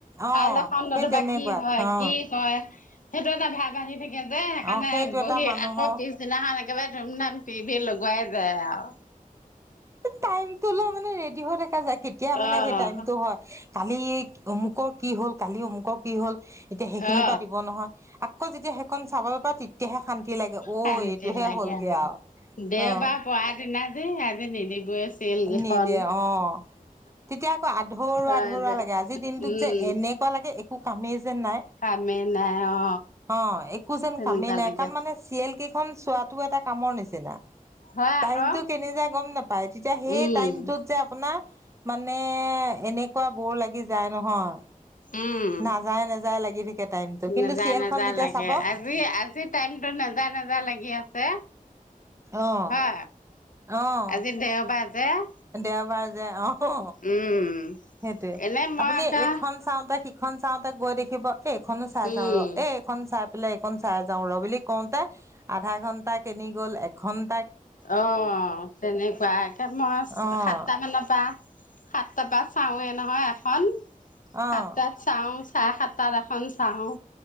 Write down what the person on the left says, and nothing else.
কাইলৈ খণ্ডটো
বা কি হয়?
কি কয়? সেইটো এটা ভাৱ আহিব ঠিকে যে, সেইকাৰণে
বহি
আকৌ পিছদিনাখন একেবাৰে ধুমধাম টিভি লগোৱাই বেয়া
অ
অ
শান্তি
লাগে
আৰু
দেওবাৰ
পৰা দিনা যে আজি নিদিবই চিৰিয়েল কেইখন
হয়
দে
উম
কামেই নাই অ
তেনেকুৱা
লাগে
হয়
আকৌ
উম
উম।
নেযায়,
নেযায়
লাগে
আজি, আজি টাইমতটো নেযায়, নেযায় লাগি আছে।
হা
আজি দেওবাৰ <unintelligible>
উম
এনে মই
একা
উম
অ তেনেকুৱা একে মই
সাতটা মানৰ পৰা- সাতটা পৰা চাওঁৱে নহয় এখন
সাতটাত চাওঁ চাৰে- সাতটাতএখন চাওঁ।